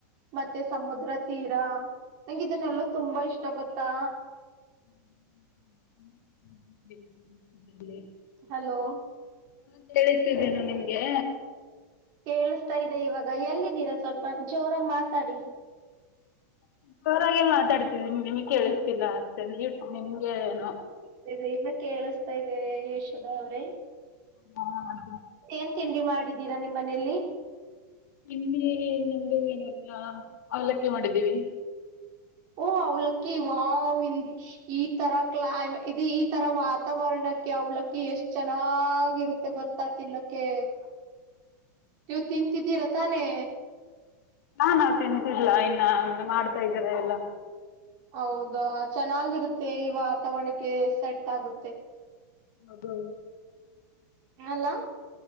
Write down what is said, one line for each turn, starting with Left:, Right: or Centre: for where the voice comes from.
Right: ಮತ್ತೆ ಸಮುದ್ರ ತೀರಾ ನಂಗ ಇದನ್ನೆಲ್ಲ ತುಂಬಾ ಇಷ್ಟ ಗೊತ್ತಾ.
Left: ಹು ಹು ಹು ಹು ಇಲ್ಲೆ.
Right: ಹಲೋ
Left: ಹ ಕೇಳಸ್ತೀದೆನಾ ನಿಮ್ಮಗೆ.
Right: ಕೇಳಿಸಸ್ತಾ ಇದೆ ಇವಾಗ ಎಲ್ಲಿದ್ದೀರಾ ಸ್ವಲ್ಪ ಜೋರಾಗಿ ಮಾತಾಡಿ.
Left: ಜೋರಾಗೆ ಮಾತಾಡ್ತಿದೀನಿ ನಿಮ್ಗೆ ಕೇಳಿಸ್ತಿಲ್ಲ ಅಷ್ಟೆ ನೀವ್ ನಿಮ್ಗೆ ಏನು.
Right: ದೆ ದೆ ಇನ್ನ ಕೇಳಸ್ತಾ ಇದೆ ಯಶೋದಾ ಅವ್ರೇ.
Left: ಹಾ ಅದ.
Right: ಏನ್ ತಿಂಡಿ ಮಾಡಿದ್ದೀರಾ ನಿಮ್ಮ್ ಮನೆಲಿ.
Left: ತಿಂಡಿ ಏನಲ್ಲ ಅವಲಕ್ಕಿ ಮಾಡಿದ್ದೀವಿ.
Right: ಓ ಅವಲಕ್ಕಿ ವಾವ್. ಈ ತರಾ ಕ್ಲಮ್ ಇದು ಈ ತರ ವಾತಾವರಣಕ್ಕೆ ಅವಲಕ್ಕ ಎಷ್ಟ್ ಚೆನ್ನಾಗಿ ಇರುತ್ತೆ ಗೊತ್ತಾ ತಿನ್ನೋಕೆ ನೀವು ತಿಂತಿದ್ದೀರಾ ತಾನೆ.
Left: ಹಾ ನಾವ್ ತಿಂತಿಲ್ಲ ಇನ್ನ ಮಾಡ್ತಾ ಇದ್ದಾರೆ ಎಲ್ಲಾ.
Right: ಹೌದಾ ಚೆನ್ನಾಗಿರುತ್ತೆ ಈ ವಾತಾವರಣಕ್ಕೆ ಸೆಟ್ ಆಗುತ್ತೆ.
Left: ಹೌದು.
Right: ಹೇಳಲ್ಲಾ.